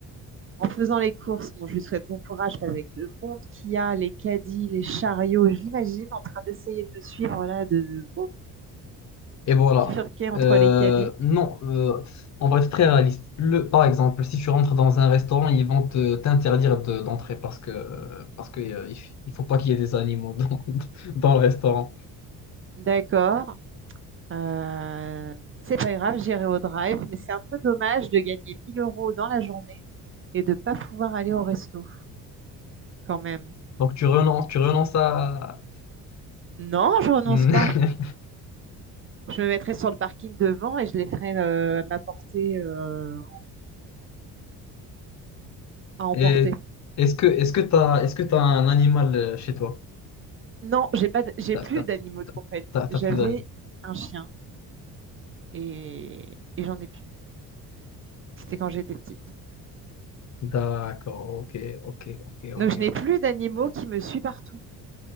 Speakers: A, on the right; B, on the left.
A: en faisant les courses, bon, je lui souhaite bon courage parce qu'avec le monde qu'il y a, les caddies, les chariots, je l'imagine en train d'essayer de me suivre là, de de- oh,
B: voilà.
A: bifurquer entre
B: Euh,
A: les caddies.
B: non, euh, on va être très réaliste. Le, par exemple, si tu rentres dans un restaurant, ils vont te t'interdire de- d'entrer parce que, euh, parce que, euh, il f- il faut pas qu'il y ait des animaux dans, <laughs> dans le restaurant.
A: D'accord. Euh, c'est pas grave, j'irai au drive, mais c'est un peu dommage de gagner 1000 euros dans la journée et de pas pouvoir aller au resto quand même.
B: Donc, tu renonces, tu renonces à...
A: Non, je renonce
B: <laughs>
A: pas. Je me mettrai sur le parking devant et je les ferai euh, m'apporter euh, à emporter.
B: Et est-ce que est-ce que t'as est-ce que t'as un animal euh, chez toi?
A: Non, j'ai pas, d- j'ai
B: T'as
A: plus
B: t'as-
A: d'animaux
B: t'as-
A: de compagnie.
B: t'as- t'as
A: J'avais
B: plus d'animaux.
A: un chien et, et j'en ai plus. C'était quand j'étais petite.
B: D'accord, ok, ok, ok, ok,
A: Donc je n'ai
B: ok.
A: plus d'animaux qui me suivent partout.